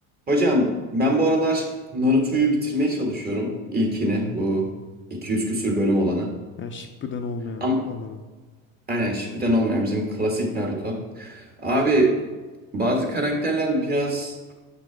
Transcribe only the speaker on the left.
Yani Shippuden olmayan
anladım.